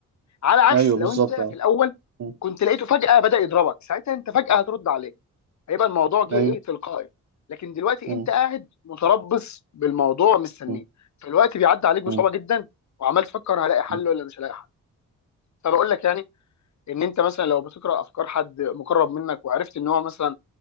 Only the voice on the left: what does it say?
على عكس
لو انت في
الاول
كنت لقيته فجاه بدا يضربك ساعتها انت فجاه هترد عليه هيبقى الموضوع جه
ايه تلقائي لكن دلوقتي
انت قاعد متربص بالموضوع مستنيه
فالوقت بيعدي عليك بصعوبه
جدا وعمال تفكر هلاقي حل
ولا مش هلاقي حل فبقول لك يعني ان انت مثلا لو بتقرا افكار حد مقرب منك وعرفت ان هو مثلا